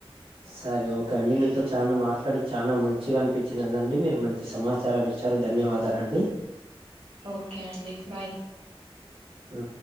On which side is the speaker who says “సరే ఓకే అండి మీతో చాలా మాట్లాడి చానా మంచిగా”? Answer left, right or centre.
Right